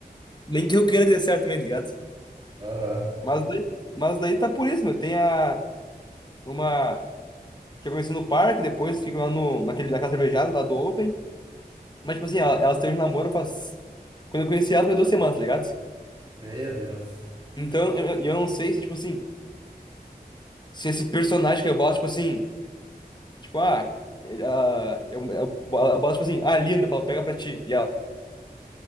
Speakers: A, on the left (about 25°); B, on the right (about 30°).
A: nem que eu queira que dê certo também, tá ligado?
B: Aham.
A: Mas daí, mas daí tá por isso, meu. Tem a, uma que eu conheci no parque, depois fica lá no, naquele, naquela cervejada lá do Open. Mas, tipo assim, ela, ela teve um namoro faz. Quando eu conheci ela, foi duas semanas, tá ligado?
B: Meu Deus.
A: Então, eu, eu eu não sei se, tipo assim, se esse personagem que eu boto, tipo assim. Tipo, ah, ah, eu, eu, eu boto, tipo assim, ah, linda, eu falo, pega pra ti. E ela